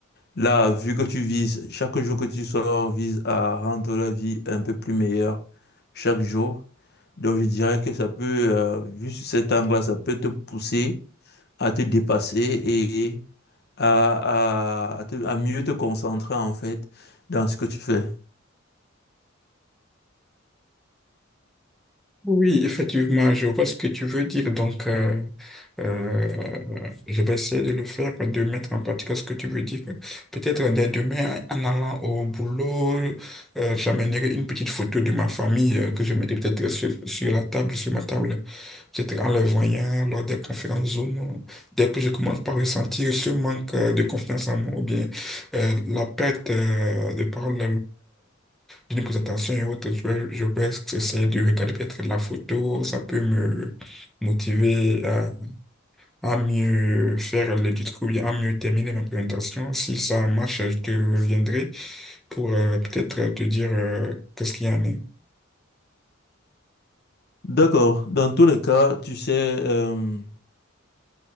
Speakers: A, on the left; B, in the centre.
A: Là, vu que tu vises, chaque jour que tu sors vise à rendre la vie un peu plus meilleure chaque jour. Donc, je dirais que ça peut, euh, vu sur cet angle-là, ça peut te pousser à te dépasser et à, à, à te- à mieux te concentrer en fait dans ce que tu fais.
B: Oui, effectivement, je vois ce que tu veux dire. Donc, euh, euh, je vais essayer de le faire, de mettre en pratique ce que tu veux dire. Peut-être dès demain, en allant au boulot, euh, j'amènerai une petite photo de ma famille euh, que je mettrai peut-être sur, sur la table, sur ma table. Peut-être en les voyant lors des conférences Zoom, dès que je commence par ressentir ce manque euh, de confiance en moi ou bien euh, la perte euh, de parole d'une présentation et autres, je vais, je vais essayer de regarder peut-être la photo, ça peut me motiver à, à mieux faire le discours, bien à mieux terminer ma présentation. Si ça marche, je te reviendrai pour euh, peut-être te dire euh, qu'est-ce qu'il y en a.
A: D'accord. Dans tous les cas, tu sais, euh,